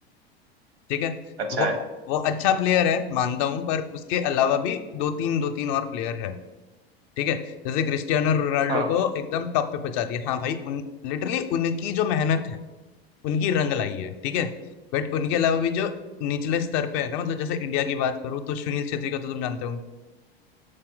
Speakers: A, on the left; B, on the right.
A: ठीक है
B: अच्छा
A: वो
B: है
A: वो अच्छा प्लेयर है मानता हूँ पर उसके अलावा भी दो तीन दो तीन और प्लेयर है ठीक है जैसे क्रिस्टियानो रोनाल्डो
B: हाँ
A: को एकदम टॉप पे पहुंचा दिया हाँ भाई उन लिटरली उनकी जो मेहनत है उनकी रंग लाई है ठीक है बट उनके अलावा भी जो निचले स्तर पे है ना मतलब जैसे इंडिया की बात करूँ तो सुनील छेत्री का तो तुम जानते होंगे